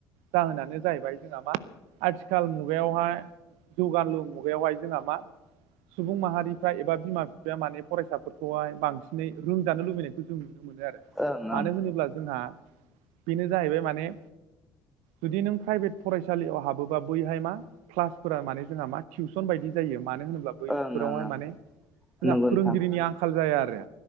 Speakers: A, on the right; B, in the centre.
A: जाहोनानो जाहैबाय जोंहा मा आथिखाल मुगायावहाय जुगानालु मुगायावहाय जोंहा मा सुबुं माहारिफ्रा एबा बिमा बिफाया माने फरायसाफोरखौहाय बांसिनै रोंजानो लुबैनायखौ जों नुनो मोनो आरो।
B: ओं
A: मानो
B: ओं
A: होनोब्ला जोंहा बेनो जाहैबाय माने जुदि नों प्राइभेट फरायसालियाव हाबोबा बैहाय मा क्लासफोरा माने जोंहा मा टिउसन बायदि जायो मानो होनोब्ला
B: ओं
A: बैफोरावहाय
B: ओं ओं
A: माने जोंहा
B: नंगौ
A: फोरोंगिरिनि
B: नोंथां
A: आंखाल जाया आरो